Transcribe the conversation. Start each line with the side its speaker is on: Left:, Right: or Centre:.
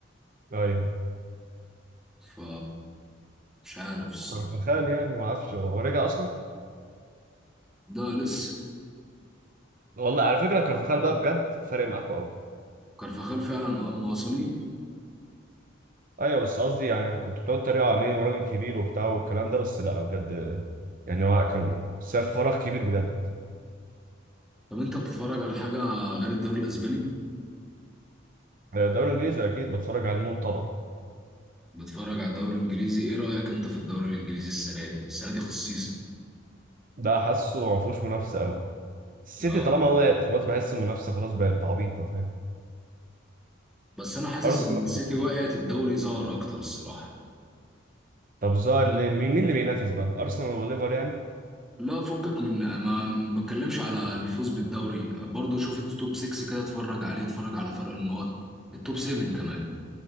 Right: ايوه
Centre: ف مش عارف الصراحه
Right: كارفاخال يعني ما اعرفش هو هو رجع اصلا
Centre: ده لسه
Right: والله على فكره كارفاخال بقى بجد فارق معاكوا قوي
Centre: كارفاخال فعلا اه ما هو صليبي
Right: ايوه بس قصدي يعني كنت بتقعد تتريقوا عليه وراجل كبير وبتاع والكلام ده بس لا بجد يعني هو كان ساب فراغ كبير بجد
Centre: طب انت بتتفرج على حاجة غير الدوري الاسباني
Right: الدوري الانجليزي اكيد بتفرج على المو طبعا
Centre: بتتفرج على الدوري الانجليزي ايه رأيك انت في الدوري الانجليزي السنة دي السنة دي خصيصا
Right: ده حاسه ما فيهوش منافسه قوي السيتي
Centre: اه
Right: طالما وقعت خلاص بحس المنافسه خلاص بقت عبيطه فاهم
Centre: بس انا حاسس
Right: ارسنال
Centre: لما السيتي وقعت الدوري ظهر اكتر الصراحة
Right: طب ظهر ليه مين مين اللي بينافس بقى ارسنال وليفر يعني
Centre: لا فكك من ما ما بتكلمش على الفوز بالدوري برضو شوف التوب 6 كده اتفرج عليه اتفرج على فرق النقط التوب 7 كمان